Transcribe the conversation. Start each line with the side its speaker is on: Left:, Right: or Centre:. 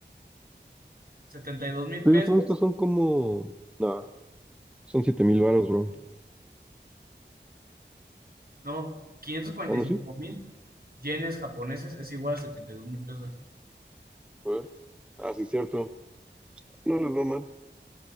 Right: Setenta y dos mil
Centre: Te
Right: pesos.
Centre: digo, son estos son como... Nah, son siete mil varos, bro.
Right: No, quinientos cuarenta
Centre: Ah, ¿no
Right: y cinco
Centre: sí?
Right: mil yenes japoneses es igual a setenta y dos mil pesos.
Centre: A ver. Ah, sí, cierto. No les va mal.